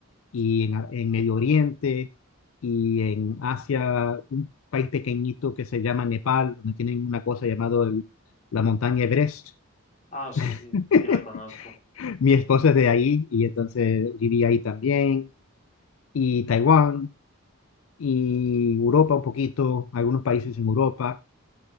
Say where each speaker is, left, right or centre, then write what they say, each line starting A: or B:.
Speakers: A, on the left (about 75°); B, on the left (about 35°).
A: y en, Ar- en Medio Oriente y en Asia, un país pequeñito que se llama Nepal, donde tienen una cosa llamada el- la montaña Everest.
B: Ah, sí, sí,
A: <laughs>
B: sí la conozco.
A: Mi esposa es de ahí y entonces viví ahí también. Y Taiwán y Europa un poquito, algunos países en Europa